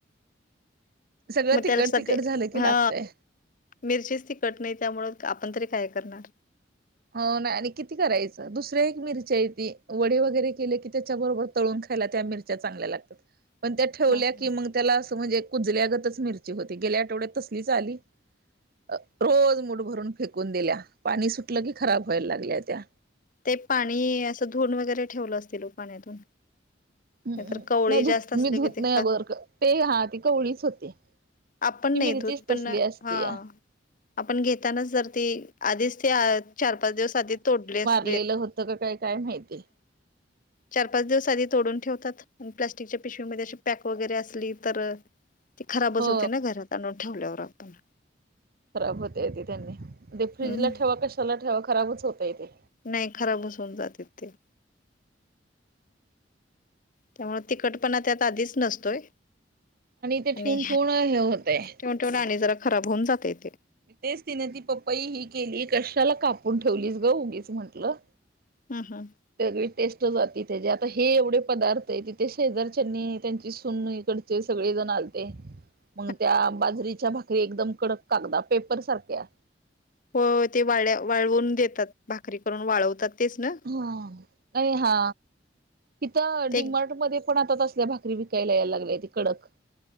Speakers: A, on the right; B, on the left.
A: सगळं
B: मग
A: तिकट
B: त्यासाठी
A: तिकट झालं की
B: हा,
A: लागतय
B: मिरचीच तिखटं नाही त्यामुंळ आपण तरी काय करणार.
A: हो नाही, आणि किती करायचं दुसऱ्या एक मिरची आहे ती वडे वगैरे केले की त्याच्या बरोबर तळून खायला त्या मिर च्या चांगल्या लाग
B: <inaudible>
A: पण त्या ठेवल्या
B: हा हा
A: की मग त्याला असं म्हणजे कुजल्यागतच मिरची होती गेल्या आठवड्यात तसलीच आली. रोज मुठ भरून फेकून दिल्या, पाणी सुटलं की खराब व्हायला लागल्या त्या.
B: ते पाणी असं‌ धुवून वगैरे ठेवलं असतील वो पाण्यातून
A: हम्
B: नाहीतर कवळी
A: नाही
B: जास्त
A: धूत
B: असले
A: मी धूत
B: की ते
A: नाही <unintelligible> ते हा ती कवळीच होती.
B: आपण
A: ती
B: नाही
A: मिरचीच
B: धूत पण,
A: तसली असती
B: हा.
A: या
B: आपण घेतानाच जर ती आधीच ती आ चार-पाच दिवस आधी तोडली अस
A: लेलं होतं का काय, काय माहिती?
B: चार-पाच दिवस आधी तोडून ठेवतात. प्लास्टिकच्या पिशवीमध्ये अशी पॅक वगैरे असली तर ती खराबच
A: हो
B: होती ना घरात आणून ठेवल्यावर आपण.
A: खराब होतय ते त्यांनी, ते फ्रीजला
B: हम्म
A: ठेवा कशाला ठेवा खराबच होतय तेे.
B: नाही खराबच होऊन जाते ते. त्यामुळं तिकट पणा त्यात आधीच नसतोय
A: ते ठेवून
B: आणि
A: ठेवून हे होतय
B: ठेवून आणि जरा खराब होऊन जाते तेे.
A: तेच तिने ती पप्पाई ही केली कशाला कापून ठेवलीस ग उगीच म्हटलं.
B: हम हम.
A: सगळी टेस्ट जाती त्याची, आता हे एवढे पदार्थ तिथे शेजारच्यानी त्यांची सून इकडं ते सगळेजण आलते.
B: <inaudible>
A: म्हणून त्या बाजरीच्या भाकरी एकदम कडक कागदा पेपर सारख्या
B: हो ते वाळ्या, वाळवून देतात भाकरी करून वाळवतात तेच ना.
A: हम आणि हा तिथं
B: ते
A: डिमार्ट मध्ये पण आता तसल्या भाकरी विकायला यायला लागल्याती कडक.